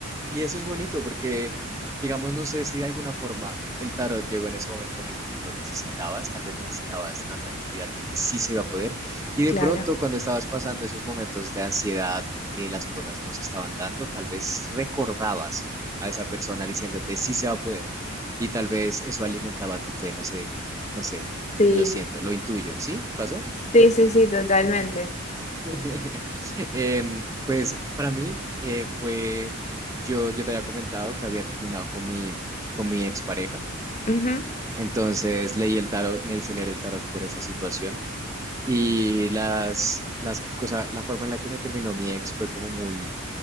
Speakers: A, on the right; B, on the left.
A: Y eso es bonito porque, digamos, no sé si de alguna forma el tarot llegó en ese momento en el que tú lo necesitabas, tal vez necesitabas la tranquilidad de que sí se iba a poder, y de
B: claro,
A: pronto cuando estabas pasando esos momentos de ansiedad porque las cosas no se estaban dando, tal vez recordabas a esa persona diciéndote sí se va a poder, y tal vez eso alimentaba tu fe, no sé, no sé,
B: sí,
A: lo siento, lo intuyo, ¿sí? ¿Pasó?
B: sí, sí, sí, totalmente.
A: <laughs> Em, pues para mí eh, fue, yo, yo te había comentado que había terminado con mi, con mi expareja,
B: Ujú.
A: entonces leí el tarot, me hice leer el tarot por esa situación y las, las cosas, la forma en la que me terminó mi ex fue como muy,